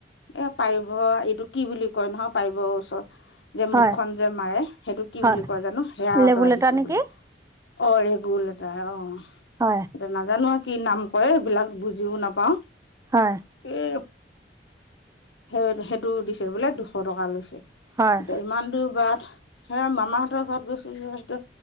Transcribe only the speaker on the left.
এ পাইপৰ কি বুলি কয় নহয় পাইপৰ ওচৰত যে
মুখখন যে মাৰে সেইটো কি
বুলি কয় জানো সেয়া আতা
দিছে
বোলে অহ ৰেগুলেটাৰ অহ
এতিয়া নাজানো আও কি নাম কয় এইবিলাক বুজিও নাপাও
এ সে সেইটো দিছে বোলে দুশ টকা লৈছে
এতিয়া ইমান দূৰ বাট সেয়া মামাহঁতৰ ঘৰত গৈছিলো সেইটো